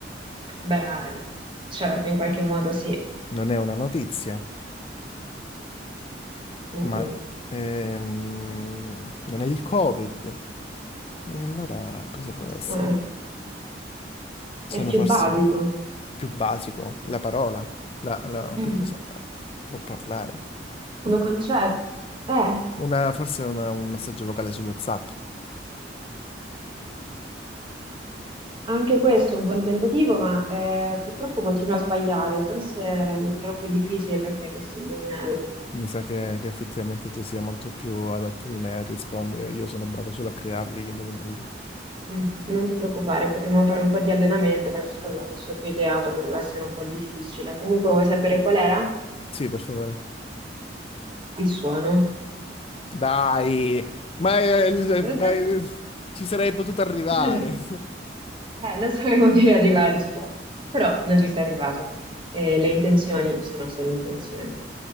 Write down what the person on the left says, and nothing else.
Non è una notizia,
ma
ehm, non è il Covid. E allora cosa può essere?
Sono
forse
più basico, la parola, la, la-
che cosa eh, può parlare?
Una, forse una- un messaggio vocale su WhatsApp.
Mi sa che, che effettivamente tu sia molto più adatto di me a rispondere. Io sono bravo solo a crearli gli indovinelli.
Sì, per favore.
Dai, ma, eh,
ma,
eh, ci sarei potuto arrivare.
<laughs>